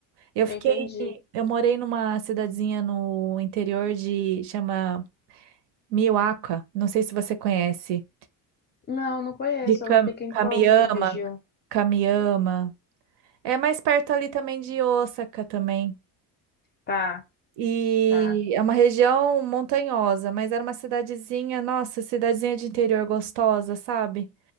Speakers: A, on the right (about 80°); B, on the left (about 30°).
A: Eu
B: Entendi.
A: fiquei, eu morei numa cidadezinha no interior de chama Miwaka, não sei se você conhece,
B: Não, não conheço.
A: de Cam-
B: Ela fica em
A: Kamiama,
B: qual região?
A: Kamiama. É mais perto ali também de Osaka também.
B: Tá,
A: E
B: tá.
A: é uma região montanhosa, mas era uma cidadezinha, nossa, cidadezinha de interior gostosa, sabe?